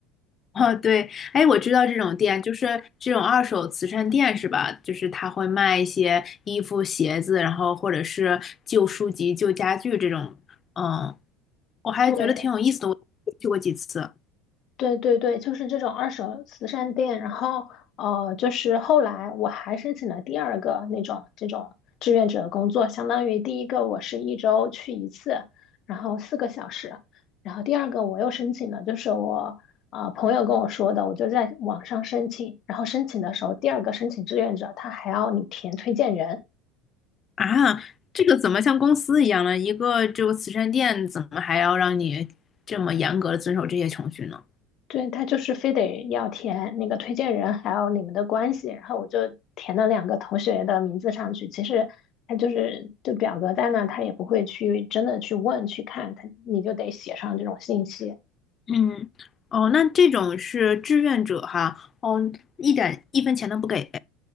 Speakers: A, on the left; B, on the left.
A: 哦对，哎，我知道这种店就是这种二手慈善店是吧？就是他会卖一些衣服、鞋子，然后或者是旧书籍、旧家具这种。嗯，我还觉得挺有意思的，
B: 对。
A: 我去过几次。
B: 对对对，就是这种二手慈善店。然后，呃，就是后来我还申请了第二个那种这种志愿者的工作，相当于第一个我是一周去一次，然后四个小时。然后第二个我又申请了，就是我呃朋友跟我说的，我就在网上申请。然后申请的时候，第二个申请志愿者他还要你填推荐人，
A: 啊，这个怎么像公司一样呢？一个就慈善店，怎么还要让你这么严格的遵守这些程序呢？
B: 对，他就是非得要填那个推荐人，还有你们的关系，然后我就填了两个同学的名字上去。其实他就是这表格在那，他也不会去真的去问去看，他你就得写上这种信息。
A: 嗯，哦，那这种是志愿者哈，哦，一点一分钱都不给。